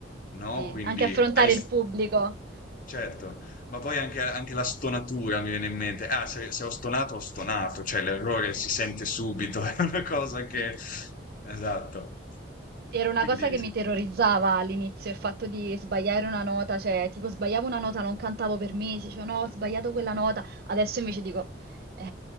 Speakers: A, on the left; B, on the right.
A: no?
B: Sì,
A: Quindi
B: anche affrontare
A: hai,
B: il pubblico.
A: Certo, ma poi anche, anche la stonatura mi viene in mente. Ah, se, se ho stonato, ho stonato, cioè l'errore si sente subito, <laughs> è una cosa che...
B: Ci-
A: Esatto.
B: Sì, Era una
A: Quindi
B: cosa che
A: sì,
B: mi terrorizzava all'inizio, il fatto di sbagliare una nota, cioè tipo sbagliavo una nota, non cantavo per mesi, cioè no, ho sbagliato quella nota, adesso invece dico, eh,